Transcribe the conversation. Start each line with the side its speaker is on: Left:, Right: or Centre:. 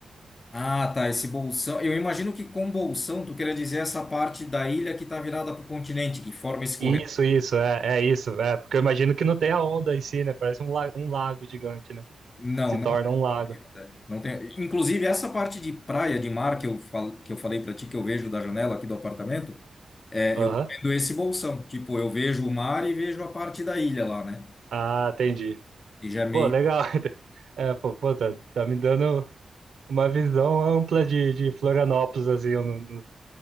Left: Ah, tá, esse bolsão. Eu imagino que com bolsão tu queria dizer essa parte da ilha que tá virada para o continente, que forma esse corredor.
Right: Isso, isso, é, é isso, é. Porque eu imagino que não tem a onda em si, né? Parece um, la- um lago gigante, né?
Left: Não,
Right: Se
Left: não,
Right: torna
Left: tem.
Right: um lago.
Left: Né? não tem. Inclusive, essa parte de praia, de mar que eu, fal... que eu falei para ti, que eu vejo da janela aqui do apartamento, é,
Right: Aham.
Left: eu tô vendo esse bolsão. Tipo, eu vejo o mar e vejo a parte da ilha lá, né?
Right: Ah, entendi.
Left: Que já é meio.
Right: Pô, legal. <laughs> É, pô, pô, tá, tá me dando. uma visão ampla de, de Florianópolis, assim, eu nu- nu-